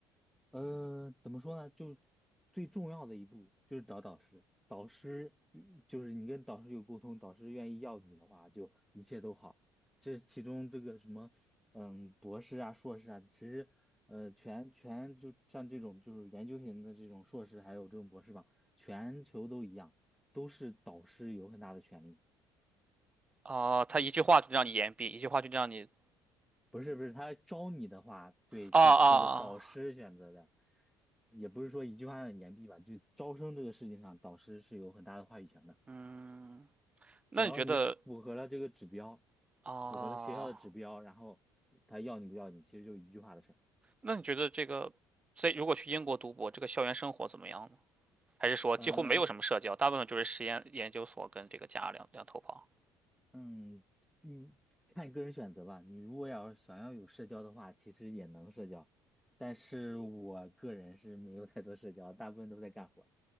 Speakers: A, in the centre; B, on the right.
A: 嗯，怎么说呢？就最重要的一步就是找导师，导师与就是你跟导师有沟通，导师愿意要你的话，就一切都好。这其中这个什么，嗯，博士啊、硕士啊，其实呃，全全就像这种就是研究型的这种硕士，还有这种博士吧，全球都一样，都是导师有很大的权利。
B: 啊、他一句话就让你言毕，一句话就让你
A: 不是不是，他招你的话，对，
B: 啊啊啊，
A: 就是这个导师选择的，也不是说一句话让你言毕吧，就招生这个事情上，导师是有很大的话语权的。
B: 嗯，那你觉得
A: 只要你符合了这个指标，
B: 啊，
A: 符合了学校的指标，然后他要你不要你，其实就一句话的事儿。
B: 那你觉得这个在如果去英国读博，这个校园生活怎么样呢？还是说几乎没有什么社交，
A: 呃，
B: 大部分就是实验研究所跟这个家两两头跑？
A: 嗯嗯，看你个人选择吧。你如果要是想要有社交的话，其实也能社交，但是我个人是没有太多社交，大部分都在干活儿